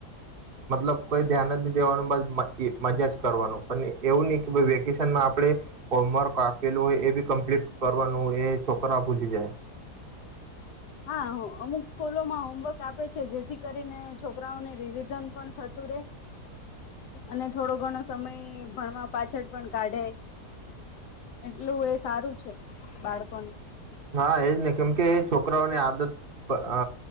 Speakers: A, on the right; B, on the left.
A: મતલબ કોઈ ધ્યાન જ દેવાનું મજા જ કરવાનું પણ એવું નહી કે વેકેશનમાં આપણે હોમવર્ક આપેલું હોય એ બી કમ્પ્લીટ કરવાનું એ છોકરા ભુલી જાય
B: હા અમુક સ્કૂલોમાં હોમવર્ક આપે છે જેથી કરીને છોકરાઓને રિવિઝન પણ થતું રે અને થોડો ઘણો સમય ભણવા પાછળ પણ કાઢે એટલું એ સારું છે બાળકોને
A: હા એજ નહી કેમ કે એ છોકરાઓની આદત અ